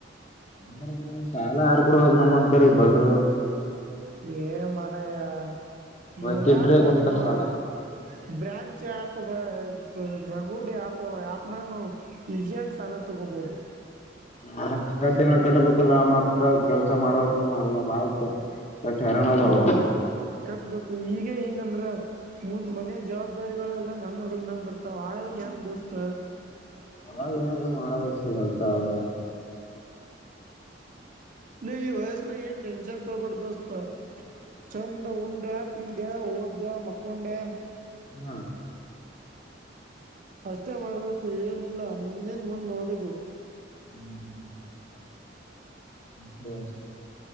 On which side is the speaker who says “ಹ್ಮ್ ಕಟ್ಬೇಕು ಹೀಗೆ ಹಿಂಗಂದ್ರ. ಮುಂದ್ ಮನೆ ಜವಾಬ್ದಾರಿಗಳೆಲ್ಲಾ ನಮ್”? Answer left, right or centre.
Right